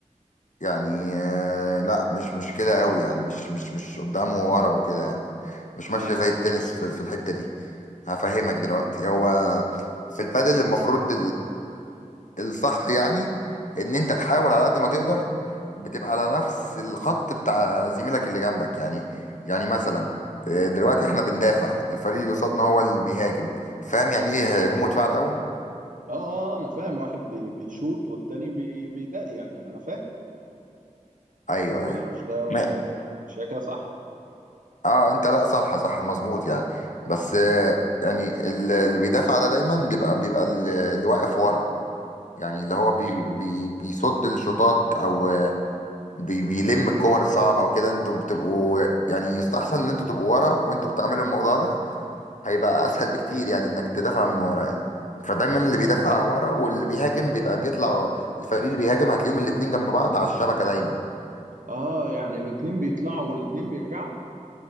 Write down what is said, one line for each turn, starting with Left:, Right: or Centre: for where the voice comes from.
Left: يعني آه لا مش مش كده قوي يعني مش مش مش قدامه وورا وكده يعني. مش
Right: ما
Left: ماشيه زي
Right: اه
Left: التنس في في الحته دي هفهمك دلوقتي هو في البادل المفروض الصح يعني ان انت تحاول على قد ما تقدر بتبقى على نفس الخط بتاع زميلك اللي جنبك يعني يعني مثلا آه، دلوقتي احنا بندافع الفريق اللي قصادنا هو اللي بيهاجم فاهم يعني ايه هجوم ودفاع الاول
Right: اه آه، انا فاهم واحد بي... بيشوط والتاني بي... بيدق يعني انا فاهم
Left: ايوه
Right: ولا
Left: ايوه
Right: مش ده ولا
Left: ما-
Right: ايه مش هي كده صح
Left: اه انت لا صح صح مظبوط يعني بس آه، يعني ال- اللي بيدافع ده دايما بيبقى بيبقى ال- اللي واقف ورا يعني اللي هو بي بي بيصد الشوطات او بي- بيلم الكور الصعبة وكده انتوا بتبقوا يعني يستحسن ان انتوا تبقوا ورا وانتوا بتعملوا الموضوع ده هيبقى اسهل بكتير يعني انك تدافع من ورا يعني فدايما اللي بيدافع ورا واللي بيهاجم بيبقى بيطلع الفريق اللي بيهاجم هتلاقيهم الاتنين جنب بعض على الشبكة دايما
Right: اه يعني الاتنين بيطلعوا والاتنين بيرجعوا